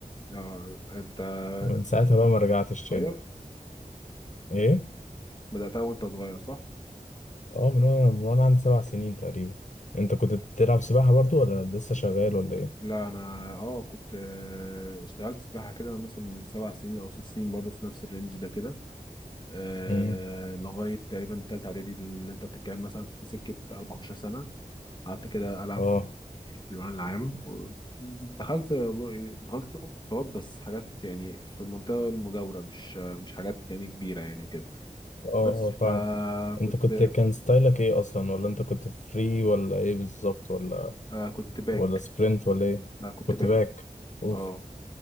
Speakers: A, on the left; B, on the left.
A: آه انت
B: من ساعتها بقى
A: لا،
B: ما رجعتش تاني
A: صغير
B: ايه
A: بدأتها وانت صغير صح؟
B: اه من وانا من وانا عندي سبع سنين تقريبا انت كنت بتلعب سباحة برضو ولا لسه شغال ولا ايه
A: لا انا اه كنت آه اشتغلت سباحة كده مثلا من سبع سنين او ست سنين برضو في نفس الرينج ده كده آه
B: امم
A: لغاية تقريبا تالتة اعدادي اللي انت بتتكلم مثلا في سكة 14 سنة قعدت كده العب
B: اه
A: في الأمن العام دخلت دخلت اختبارات بس حاجات يعني في المنطقة المجاورة مش مش حاجات يعني كبيرة يعني وكده
B: اه
A: بس
B: اه
A: فكنت
B: فاهم انت كنت كان ستايلك ايه اصلا ولا انت كنت فري ولا ايه بالظبط ولا
A: آه، كنت باك
B: ولا سبرنت ولا ايه
A: آه، كنت
B: كنت
A: باك
B: باك اوف
A: اه